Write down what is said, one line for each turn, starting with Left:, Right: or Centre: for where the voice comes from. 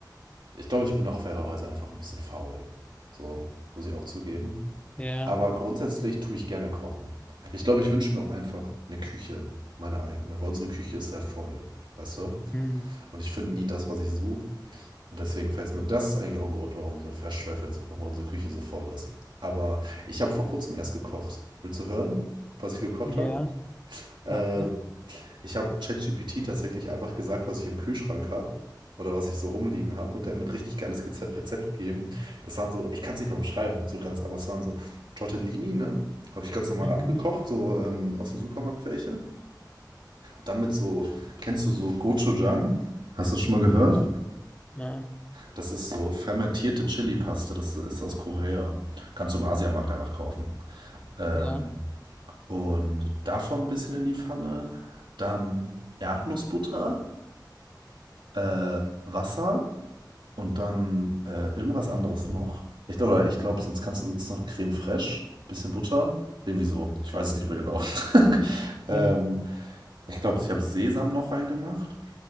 Right: ich glaube, ich bin auch fairerweise einfach ein bisschen faul. So, muss ich auch zugeben.
Left: ja,
Right: Aber grundsätzlich tue ich gerne kochen. Ich glaube, ich wünsche mir auch einfach eine Küche, meine eigene, weil unsere Küche ist sehr voll, weißt du?
Left: hm.
Right: Und ich finde nie das, was ich suche. Und deswegen fällt's mir das ist eigentlich auch ein Grund, warum es mir fast schwerfällt zu kochen, weil unsere Küche so voll ist. Aber ich habe vor Kurzem erst gekocht. Willst du hören, was ich gekocht
Left: Ja,
Right: habe? Ähm,
Left: warte.
Right: ich habe ChatGPT tatsächlich einfach gesagt, was ich im Kühlschrank habe oder was ich so rumliegen habe und der hat mir ein richtig geiles Geze- Rezept gegeben. Das waren so, ich kann es nicht mal beschreiben, so ganz, aber es waren so Tortellini, ne? Habe ich ganz normal
Left: Mhm.
Right: abgekocht, so ähm, aus dem Supermarkt welche. Damit so, kennst du so Gochujang? Hast du das schon mal gehört?
Left: Ja, ja,
Right: Das ist so fermentierte Chili-Paste, das ist aus Korea. Kannst du im Asiamarkt einfach kaufen. Ähm,
Left: ja,
Right: und davon ein bisschen in die Pfanne. Dann Erdnussbutter äh, Wasser und dann äh, irgendwas anderes noch. Ich glaube, ich glaube, sonst kannst du sonst noch Creme fraiche, bisschen Butter, irgendwie so. Ich weiß es nicht mehr genau. <laughs> ähm,
Left: ja.
Right: ich glaube, ich habe Sesam noch reingemacht.